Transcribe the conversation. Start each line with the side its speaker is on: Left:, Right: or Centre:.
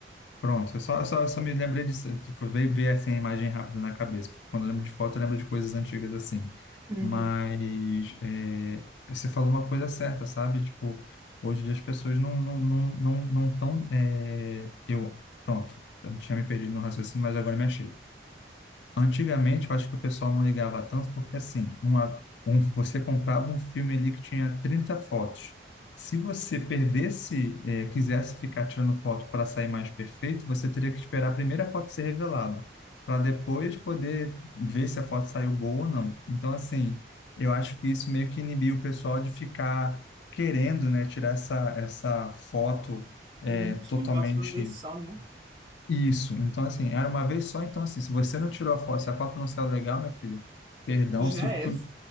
Left: Pronto, eu só, só, só me lembrei disso, tipo, veio ver assim a imagem rápida na cabeça. Quando eu lembro de foto, eu lembro de coisas antigas assim.
Right: Uhum.
Left: Mas é, você falou uma coisa certa, sabe? Tipo, hoje em dia as pessoas não não não não, não tão é, eu pronto, eu tinha me perdido no raciocínio, mas agora me achei. Antigamente, eu acho que o pessoal não ligava tanto, porque assim, uma, um, você comprava um filme ali que tinha 30 fotos. Se você perdesse, eh, quisesse ficar tirando foto para sair mais perfeito, você teria que esperar a primeira foto ser revelada, para depois poder ver se a foto saiu boa ou não. Então, assim, eu acho que isso meio que inibiu o pessoal de ficar querendo, né, tirar essa, essa foto, eh,
Right: Uhum.
Left: totalmente
Right: E Foto de uma vez só, né?
Left: isso, então assim, era uma vez só, então assim, se você não tirou a foto, se a foto não saiu legal, minha filha, perdão,
Right: Já
Left: se o, fi-
Right: era.